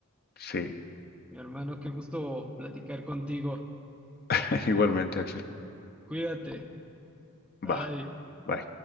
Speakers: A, on the left (about 45°); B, in the centre.
A: Sí,
B: Mi hermano, qué gusto platicar contigo.
A: <laughs> igualmente, Axel.
B: Cuídate. Bye.
A: Va, bye.